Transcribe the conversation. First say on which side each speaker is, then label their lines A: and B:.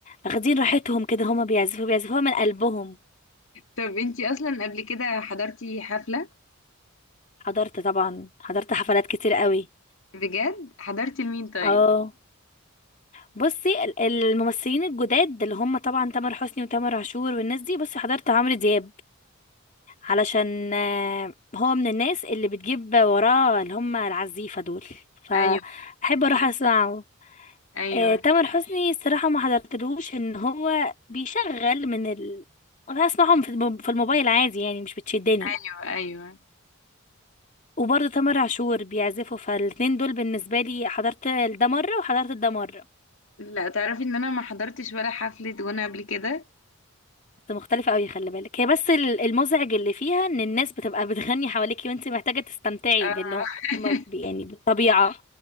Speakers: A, on the left (about 35°); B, on the left (about 60°).
A: اخدين راحتهم كده هما بيعزفوا بيعزفوها من قلبهم
B: طب انتي اصلا قبل كده حضرتي حفلة
A: حضرت طبعا حضرت حفلات كتير قوي
B: بجد حضرتي لمين طيب
A: اه بصي ال- الممثلين الجداد اللي هم طبعا تامر حسني وتامر عاشور والناس دي بصي حضرت عمرو دياب علشان آه، هو من الناس اللي بتجيب وراه اللي هم العزيفة دول فأحب
B: ايوه
A: أروح أسمعه
B: ايوه
A: آه، تامر حسني الصراحة ما حضرتلوش ان هو بيشغل من ال انا اسمعهم في الم- في الموبايل عادي يعني مش بتشدني
B: ايوه ايوه
A: وبرضه تامر عاشور بيعزفوا فالاتنين دول بالنسبة لي حضرت ده مرة وحضرت ده مرة
B: لا تعرفي ان انا ما حضرتش ولا حفلة وانا قبل كده
A: بس مختلفة قوي خلي بالك هي بس ال- المزعج اللي فيها ان الناس بتبقى <laughs> بتغني حواليكي وانت محتاجة تستمتعي
B: آه.
A: باللي
B: <laughs>
A: هم بي- يعني بالطبيعة